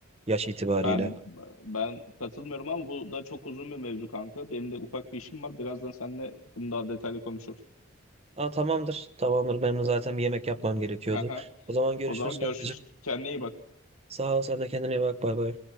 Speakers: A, on the right (about 30°); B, on the left (about 80°).
A: Yaş itibariyle.
B: Ben ben katılmıyorum ama bu da çok uzun bir mevzu kanka. Benim de ufak bir işim var. Birazdan seninle bunu daha detaylı konuşuruz.
A: Aa, tamamdır. Tamamdır. Benim de zaten bir yemek yapmam gerekiyordu.
B: <laughs>
A: O zaman görüşürüz
B: O zaman görüşürüz.
A: kankacığım.
B: Kendine iyi bak.
A: Sağ ol. Sen de kendine iyi bak. Bay bay.